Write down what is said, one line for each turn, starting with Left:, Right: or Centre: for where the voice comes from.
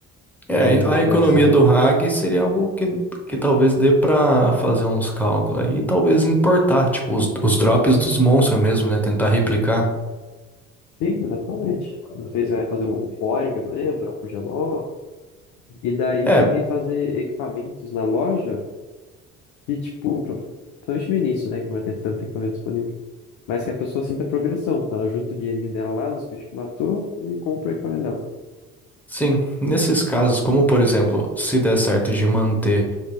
Centre: É,
Left: Quiser manter
Centre: a economia
Left: essa.
Centre: do RAG seria algo que, que talvez dê pra fazer uns cálculos aí, e talvez importar, tipo, os, os drops dos monstros mesmo, né? Tentar replicar.
Left: Sim, exatamente. Não sei se vai fazer o Poring, por exemplo, dropa o Geló. E daí
Centre: É,
Left: também fazer equipamentos na loja, que tipo, pro- principalmente no início, né? Que não vai ter tanto equipamento disponível. Mas que a pessoa sinta progressão. Ela junta o dinheirinho dela lá, dos bichos que matou, e compra o equipamento dela.
Centre: sim, nesses casos, como por exemplo, se der certo de manter.